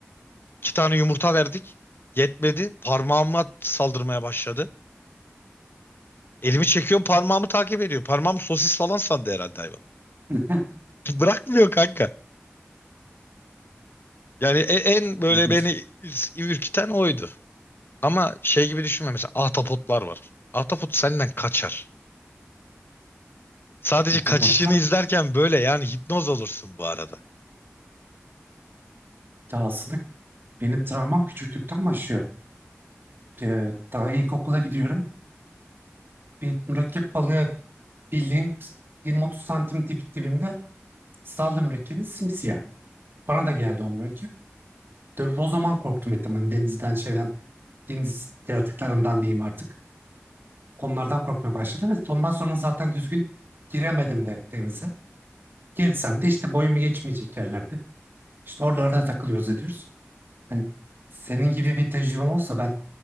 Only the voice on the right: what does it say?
<laughs>
Çok
korkunç.
Ahtapottan.
Ya aslında benim travmam küçüklükten başlıyor. Ee, daha ilkokula gidiyorum. Bir mürekkep balığı bildiğin 20-30 santim dip, dibimde saldı mürekkebi simsiyah. Bana da geldi o mürekkep. Tabii o zaman korktum ettim. Hani denizden şeyden deniz yaratıklarından diyeyim artık. Onlardan korkmaya başladım ve ondan sonra zaten düzgün giremedim de denize. Girsem de işte boyumu geçmeyecek yerlerde. İşte oralarda takılıyoruz ediyoruz. Hani senin gibi bir tecrübem olsa ben